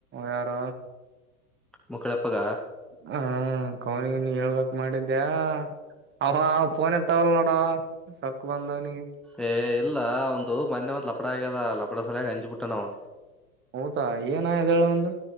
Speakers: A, on the right; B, in the centre.
A: ಯಾರ
B: ಮಕ್ಕಳಪ್ಪಗ
A: ಹಾ ಕೌನಿಗ ನೀ ಹೇಳ್ಬೇಕಕ್ ಮಾಡಿದ್ದ್ಯಾ ಅಹಫೋನ್ ಎಂತ ಒಲ್ಲ ನೋಡಾವ ಸಕ್ಕು ಬಂದಾವನಿಗೆ
B: ಏ ಇಲ್ಲ ಒಂದು ಮೊನ್ನೆ ಒಂದ್ ಲಪಡ ಆಗ್ಯದ ಲಪಡ ಸಲಯಾಗಿ ಹಂಜಿಬಿಟ್ಟ ನಾವ
A: ಹೌದಾ ಏನ ಎಳ ಒಂದು